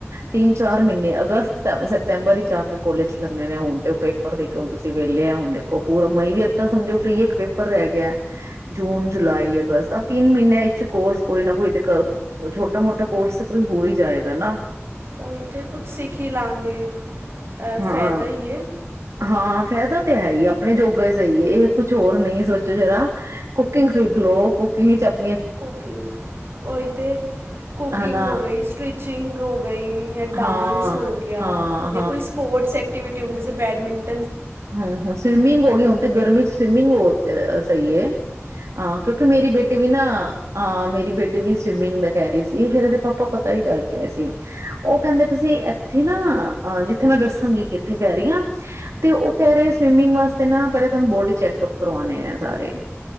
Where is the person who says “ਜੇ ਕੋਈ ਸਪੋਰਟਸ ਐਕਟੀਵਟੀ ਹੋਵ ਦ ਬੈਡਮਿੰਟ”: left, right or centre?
Right